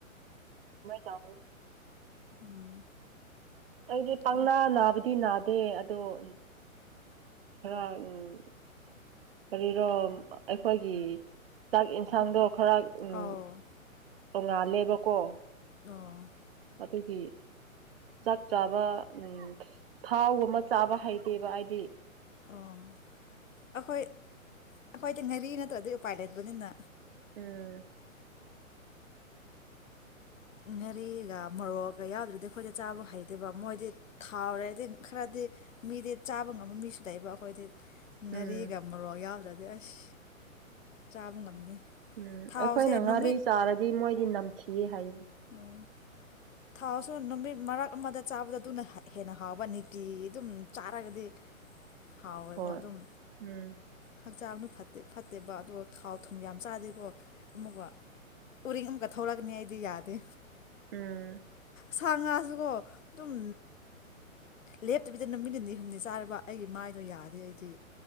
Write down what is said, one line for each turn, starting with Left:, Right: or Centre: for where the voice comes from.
Right: ꯥꯏ ꯇꯥꯦ
Left: ꯎꯝ
Right: ꯑꯗꯨꯗꯤ ꯄꯪꯅꯥ
Left: ꯎꯝ
Right: ꯅꯥꯕꯗꯤ ꯅꯥꯗꯦ ꯗꯦ ꯑꯗꯣ ꯎ ꯈꯔ ꯎꯝ ꯀꯔꯤꯔꯣ ꯑꯩꯈꯣꯏꯒꯤ ꯆꯥꯛ ꯌꯦꯟꯁꯥꯡꯗꯣ ꯈꯔ ꯎꯝ
Left: ꯑꯧ
Right: ꯇꯣꯡꯉꯥꯂꯦꯕꯀꯣ
Left: ꯑꯣ
Right: ꯑꯗꯨꯒꯤ ꯆꯥꯛ ꯆꯥꯕ ꯎ ꯊꯥꯎꯒꯨꯝꯕ ꯆꯥꯕ ꯍꯩꯇꯦꯕ ꯍꯥꯏꯗꯤ
Left: ꯑꯣ ꯑꯩꯈꯣꯏ ꯑꯩꯈꯣꯏꯗꯤ ꯉꯥꯔꯤ ꯅꯠꯇ꯭ꯔꯗꯤꯩ ꯎꯄꯥꯏ ꯂꯩꯠꯄꯅꯤꯅ
Right: ꯎꯝ
Left: ꯉꯥꯔꯤꯒ ꯃꯣꯔꯣꯛꯀ ꯌꯥꯎꯗ꯭ꯔꯗꯤ ꯑꯩꯈꯣꯏꯗꯤ ꯆꯥꯕ ꯍꯩꯇꯦꯕ ꯃꯣꯏꯗꯤ ꯊꯥꯎꯔꯦꯗꯤ ꯈꯔꯗꯤ ꯃꯤꯗꯤ ꯆꯥꯕ ꯉꯝꯕ ꯃꯤꯁꯨ ꯂꯩꯕ ꯑꯩꯈꯣꯏꯗꯤ ꯉꯔꯤꯒꯝꯕꯔꯣ
Right: ꯎꯝ
Left: ꯌꯥꯗ꯭ꯔ ꯑꯗꯩ ꯑꯁ ꯆꯥꯕ ꯉꯝꯗꯦ
Right: ꯎꯝ
Left: ꯊꯥꯎꯁꯦ
Right: ꯑꯩꯈꯣꯏꯅ ꯉꯥꯔꯤ
Left: ꯅꯨꯃꯤꯠ
Right: ꯆꯥꯔꯗꯤ ꯃꯣꯏꯗꯤ ꯅꯝ ꯁꯤ ꯍꯥꯏ <unintelligible>
Left: ꯎꯝ ꯊꯥꯎꯁꯨ ꯅꯨꯃꯤꯠ ꯃꯔꯛ ꯑꯃꯗ ꯆꯥꯕꯗ ꯑꯗꯨꯅ ꯍꯦꯟꯅ ꯍꯥꯎꯕ ꯅꯤꯇꯤ ꯑꯗꯨꯝ ꯆꯥꯔꯒꯗꯤ ꯍꯥꯎꯔꯕ
Right: ꯍꯣꯏ
Left: ꯑꯗꯨꯝ
Right: ꯎꯝ
Left: ꯍꯛꯆꯥꯡꯗꯨ ꯐꯠꯇꯦ ꯐꯠꯇꯦꯕ ꯑꯗꯣ ꯊꯥꯎ ꯊꯨꯝ ꯌꯥꯝ ꯆꯥꯗꯦꯀꯣ ꯑꯃꯨꯛꯀ ꯎꯔꯤꯡ ꯑꯃꯨꯛꯀ ꯊꯂꯛꯒꯅꯤ ꯑꯩꯗꯤ ꯌꯥꯗꯦ
Right: ꯎꯝ
Left: ꯁꯥ ꯉꯥꯁꯨꯀꯣ ꯑꯗꯨꯝ ꯂꯦꯞꯇꯕꯤꯗ ꯅꯨꯃꯤꯠ ꯅꯤꯅꯤ ꯍꯨꯝꯅꯤ ꯆꯥꯔꯕ ꯑꯩꯒꯤ ꯃꯥꯏꯗꯣ ꯌꯥꯗꯦ ꯑꯩꯗꯤ